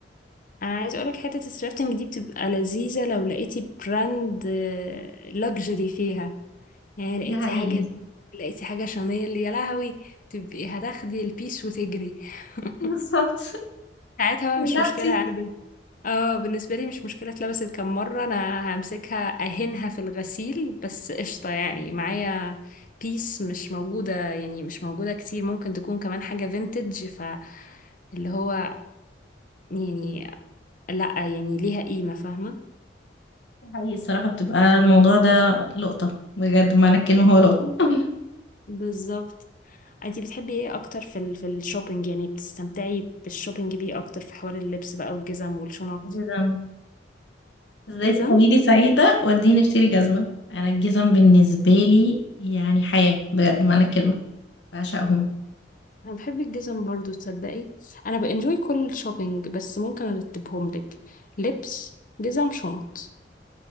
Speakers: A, on the left; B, on the left.
A: انا عايزه اقولك حته الثرافتنج دي بتبقى لذيذه لو لقيتي براند لوكسجري فيها يعني لقيتي
B: ده حقيقي
A: حاجه لقيتي حاجه شانيل يا لهوي تبقي هتاخدي البيس وتجري <laughs>
B: بالظبط
A: ساعتها بقى مش
B: بتاعتي
A: مشكله انا بال- اه بالنسبه لي مش مشكله اتلبست كم مره انا همسكها اهنها في الغسيل بس قشطه يعني معايا بيس مش موجوده يعني مش موجوده كتير ممكن تكون كمان حاجه فينتج ف اللي هو يعني لا يعني ليها قيمة فاهمة
B: حقيقي الصراحة بتبقى الموضوع ده لقطة بجد معنى الكلمة هو لقطة <laughs>
A: بالظبط انتي بتحبي ايه اكتر في ال في الشوبينج يعني بتستمتعي بالشوبينج بيه اكتر في حوار اللبس بقى والجزم والشنط
B: جزم ازاي
A: جزم
B: تخليني سعيدة واديني اشتري جزمة انا الجزم بالنسبة لي يعني حياة بجد معنى الكلمة بعشقهم
A: انا بحب الجزم برضو تصدقي انا بانجوي كل الشوبينج بس ممكن ارتبهم لك لبس جزم شنط